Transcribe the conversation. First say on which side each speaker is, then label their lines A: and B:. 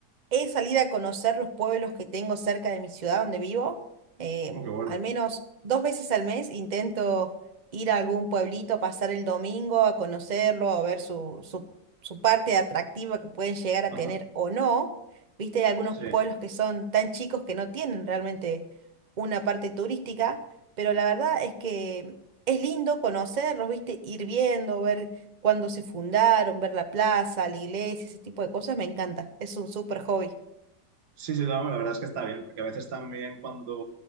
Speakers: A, on the right; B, on the right.
A: es salir a conocer los pueblos que tengo cerca de mi ciudad donde vivo. Eh,
B: Oh, qué bueno.
A: al menos dos veces al mes intento ir a algún pueblito, pasar el domingo a conocerlo, a ver su, su, su parte atractiva que pueden llegar a
B: Ajá.
A: tener o no. Viste, hay algunos
B: Sí.
A: pueblos que son tan chicos que no tienen realmente una parte turística, pero la verdad es que es lindo conocerlos, viste, ir viendo, ver cuándo se fundaron, ver la plaza, la iglesia, ese tipo de cosas, me encanta. Es un súper hobby.
B: Sí, sí, no, la verdad es que está bien, porque a veces también cuando